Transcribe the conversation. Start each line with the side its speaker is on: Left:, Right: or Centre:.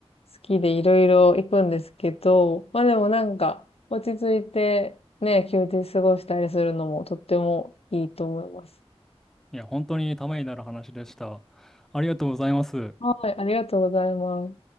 Left: 好きでいろいろ行くんですけど、まあでもなんか、落ち着いてね、休日過ごしたりするのもとってもいいと思います。
Centre: いや、本当にためになる話でした。ありがとうございます。
Left: はい、ありがとうございます。